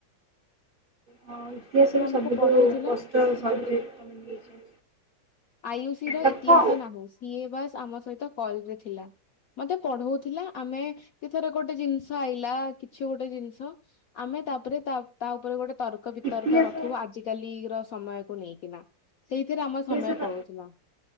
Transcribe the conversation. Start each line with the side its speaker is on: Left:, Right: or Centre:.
Right: ହଁ ଇତିହାସ
Left: ତ ସିଏ
Right: ବି
Left: ଆମକୁ
Right: ସବୁଠୁ
Left: ପଢଉଥିଲା
Right: କଷ୍ଟ ସବଜେକ୍ଟ ତମେ ନେଇଛ
Left: ଆୟୁସି ର
Right: ତାକୁ
Left: ଇତିହାସ
Right: କଣ
Left: ନାହିଁ ସିଏ ବାସ ଆମ ସହିତ କଲରେ ଥିଲା। ମତେ ପଢଉଥିଲା ଆମେ ଯେ ଥର ଗୋଟେ ଜିନିଷ ଆଇଲା କିଛି ଗୋଟେ ଜିନିଷ ଆମେ ତାପରେ ତା ତା ଉପରେ ଗୋଟେ ତର ର୍କ ବିତର୍କ
Right: ଇତିହାସ
Left: ରଖିବୁ ଆଜିିକାଲି ର ସମୟକୁ ନେଇକିନା ସେଇଥିରେ ଆମର
Right: ଇତିହାସ
Left: ସମୟ
Right: ତ
Left: ପଳାଉଥିଲା।